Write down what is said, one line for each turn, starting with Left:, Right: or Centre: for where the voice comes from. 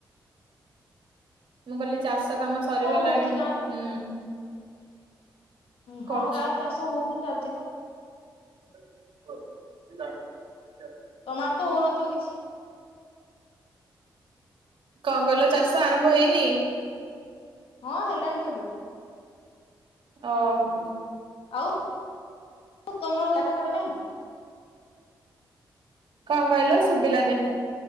Right: ମୁଁ କହିଲି ଚାଷ କାମ ସରିଗଲାଣି?
Left: ହଉଛି ଗାଁ ରେ?
Right: ହୁଁ।
Left: ହଁ
Right: କରୁଛି।
Left: ଗାଁରେ ଚାଷ ହଉଛି ଚାଲିଛି ତ
Right: <inaudible>
Left: ତମର ତ ହଉନଥିବ କିଛି?
Right: କଙ୍ଗଲ ଚାଷ ଆରମ୍ଭ ହେଇନି?
Left: ହଁ ହେଲାଣି କେବେଠୁ।
Right: ଓହୋ।
Left: ଆଉ ତମର ଜାଗା ଫାଗା ନାଇଁ?
Right: କଣ କହିଲ ଶୁଭିଲାନ?